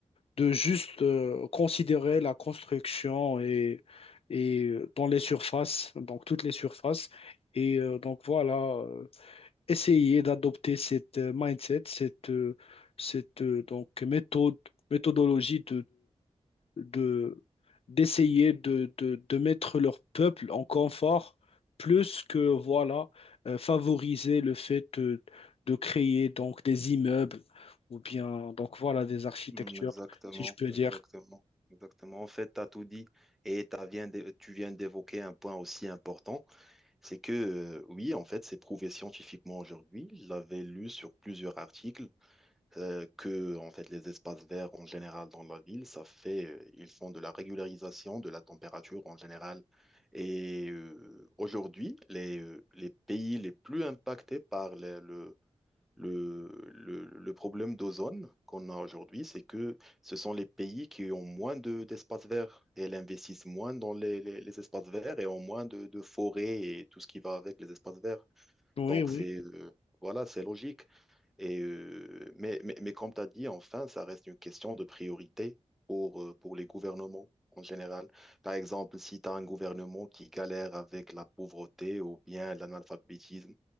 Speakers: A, on the left (about 55°); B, in the centre.
A: de juste euh, considérer la construction et et euh, dans les surfaces donc toutes les surfaces et euh, donc voilà euh, essayer d'adopter cette euh, mindset cette euh, cette euh, donc méthode méthodologie de d'essayer de, de, de mettre leur peuple en confort plus que voilà euh, favoriser le fait de, de créer donc des immeubles ou bien donc voilà des architectures
B: Mm, Exactement,
A: si je peux
B: exactement,
A: dire.
B: exactement. En fait, tu as tout dit et t'as viens d'é- tu viens d'évoquer un point aussi important, c'est que euh, oui, en fait, c'est prouvé scientifiquement aujourd'hui. Je l'avais lu sur plusieurs articles euh, que en fait les espaces verts en général dans la ville, ça fait euh, ils font de la régularisation de la température en général. Et euh, aujourd'hui, les, euh, les pays les plus impactés par le, le Le, le- le problème d'ozone qu'on a aujourd'hui, c'est que ce sont les pays qui ont moins de, d'espaces verts et elles investissent moins dans les, les- les espaces verts et ont moins de, de forêts et tout ce qui va avec les espaces verts.
A: Oui,
B: Donc,
A: oui,
B: c'est euh, voilà, c'est logique. Et, euh, mais, mais, mais comme tu as dit, enfin, ça reste une question de priorité pour, euh, pour les gouvernements en général. Par exemple, si tu as un gouvernement qui galère avec la pauvreté ou bien l'analphabétisme,